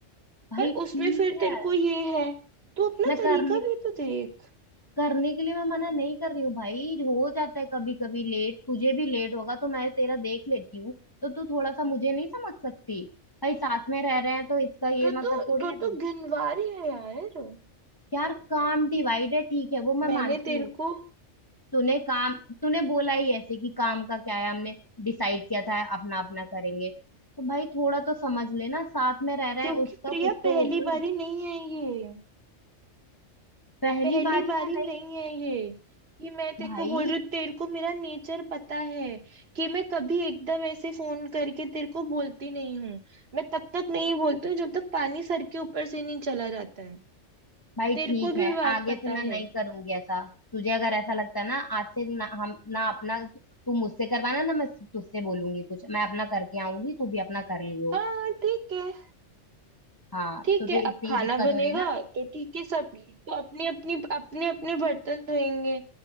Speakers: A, on the left; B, on the right.
A: भाई
B: पर उसमें
A: ठीक
B: फिर
A: है
B: तेरे को ये है तो अपना
A: मैं
B: तरीका
A: करने
B: भी तो देख
A: करने के लिए मैं मना नहीं कर रही हूँ भाई हो जाता है कभी कभी लेट तुझे भी लेट होगा तो मैं तेरा देख लेती हूँ तो तू थोड़ा सा मुझे नहीं समझ सकती भाई साथ में रह रहे हैं तो इसका ये
B: तो
A: मतलब
B: तो
A: थोड़ी
B: तो
A: है
B: तो गिनवारी है यार
A: यार काम डिवाइड है ठीक है वो मैं
B: मैंने
A: मानती
B: तेरे
A: हूँ
B: को
A: तूने काम तूने बोला ही ऐसे कि काम का क्या है हमने डिसाइड किया था अपना अपना करेंगे तो भाई थोड़ा तो समझ लेना साथ में रह रहे
B: क्योंकि
A: हैं उसका
B: प्रिया
A: कुछ तो
B: पहली
A: वो कर।
B: बारी नहीं है ये
A: पहली
B: पहली
A: बारी
B: बारी
A: का नहीं
B: नहीं है ये कि मैं तेरे
A: भाई
B: को बोल रही हूँ तेरे को मेरा नेचर पता है कि मैं कभी एकदम ऐसे फोन करके तेरे को बोलती नहीं हूँ मैं तब तक नहीं बोलती हूँ जब तक पानी सर के ऊपर से नहीं चला जाता है
A: भाई
B: तेरे
A: ठीक
B: को भी
A: है
B: बात
A: आगे
B: पता
A: से मैं नहीं
B: है
A: करूंगी ऐसा तुझे अगर ऐसा लगता है ना आज से ना हम ना अपना तू मुझसे करवाना ना मैं तुझसे बोलूंगी कुछ मैं अपना करके आऊंगी तू भी अपना कर लियो
B: हाँ ठीक है
A: हाँ
B: ठीक
A: तुझे
B: है अब
A: इतनी
B: खाना
A: ही दिक्कत
B: बनेगा
A: हो रही है ना
B: तो ठीक है सब तो अपने अपनी अपने अपने बर्तन धोएंगे